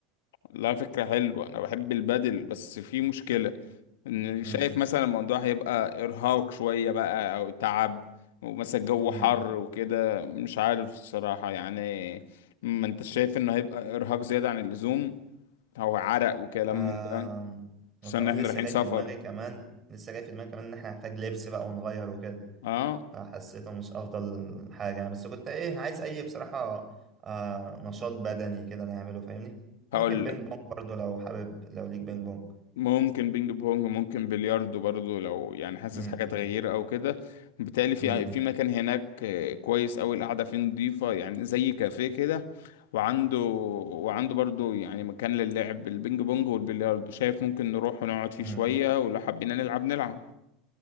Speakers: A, on the left; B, on the right.
A: لا فكرة حلوة أنا بحب البادل بس في مشكلة إن
B: مم،
A: شايف مثلا الموضوع هيبقى إرهاق شوية بقى أو تعب ومثلا الجو
B: مم،
A: حر
B: مم.
A: وكده مش عارف الصراحة يعني ما أنت شايف إنه هيبقى إرهاق زيادة عن اللزوم هو عرق وكلام
B: آه
A: من ده خصوصا
B: وكمان
A: إن إحنا
B: لسه
A: رايحين
B: جاي
A: سفر
B: في دماغي كمان لسه جاي في دماغي كمان ان احنا نحتاج لبس بقى ونغير وكده
A: أه
B: فحسيته مش افضل حاجة يعني بس كنت ايه عايز اي بصراحة آه نشاط بدني كده نعمله فاهمني ممكن
A: هقول
B: بينج بونج برضو لو حابب لو ليك بينج بونج
A: ممكن بينج بونج ممكن بلياردو برضو لو يعني حاسس
B: م-
A: حاجة تغيير
B: م-
A: أو كده بالتالي في
B: م- م-
A: في مكان هناك آه، كويس أوي القعدة فيه نضيفة يعني زي كافيه كده وعنده وعنده برضو يعني مكان للعب البينج بونج والبلياردو شايف ممكن نروح ونقعد فيه
B: م.
A: شوية ولو حبينا نلعب نلعب